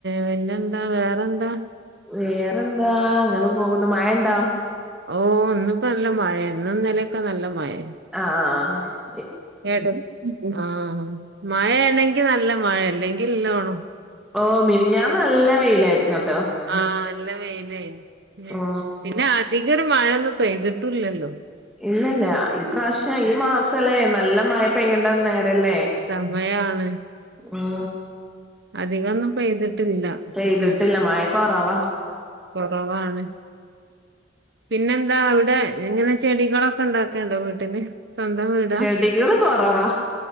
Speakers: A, on the right; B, in the centre.
A: പിന്നെ ന്താ വേറെ ന്താ.
B: വേറെന്താ, അങ്ങനെ പോകുന്നു. മഴ ഉണ്ടോ?
A: ഓ, ന്ന് പ്പൊ നല്ല മഴ ഇന്നും ഇന്ന ലൊക്കെ നല്ല മഴയാ.
B: ആഹ്, ആഹ്, ആഹ്
A: എട ആഹ്, മഴയാണെങ്കി നല്ല മഴ അല്ലെങ്കിൽ, നല്ലോണം
B: ഓ മിനുഞ്ഞാന്ന് നല്ല വെയിലായിരുന്നു ട്ടോ?
A: ആഹ്, നല്ല വെയിൽ ആയിരുന്നു.
B: ഓ
A: പിന്നെ, അധിക ഒരു മഴയൊന്നും പെയ്തിട്ടില്ല ല്ലോ?
B: ഇല്ല ല്ല. ഈ പ്രാവശ്യം ഈ മാസല്ലേ നല്ല മഴ പെയ്യേണ്ട നേരല്ലേ?
A: സമയാണ്
B: ഉം
A: അധികം ഒന്നും പെയ്തിട്ടില്ല.
B: പെയ്ത്ട്ട്ല്ല
A: ഉം
B: മഴ കൊറവ.
A: കൊറവാണ്. പിന്നെെന്താ അവിടെ. എങ്ങനെ ചെടികളൊക്കെ ഇണ്ടാക്കേണ്ടോ വീട്ടില്. സ്വന്തം വീട.
B: ചെടികള് കൊറവാ